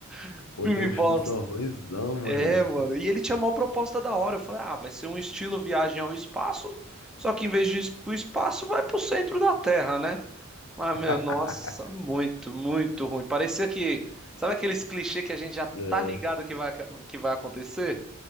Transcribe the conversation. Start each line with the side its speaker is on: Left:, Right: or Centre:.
Centre: <laughs>
Left: Pô,
Centre: Filme
Left: tem uns
Centre: bosta.
Left: filmes que são ruinzão, mano.
Centre: É, mano. E ele tinha uma proposta da hora. Eu falei, ah, vai ser um estilo viagem ao espaço, só que em vez de ir pro espaço, vai pro centro da Terra, né? Mas, meu,
Left: <laughs>
Centre: nossa, muito, muito ruim. Parecia que, sabe aqueles clichês que a gente já
Left: É.
Centre: tá ligado que vai, que vai acontecer?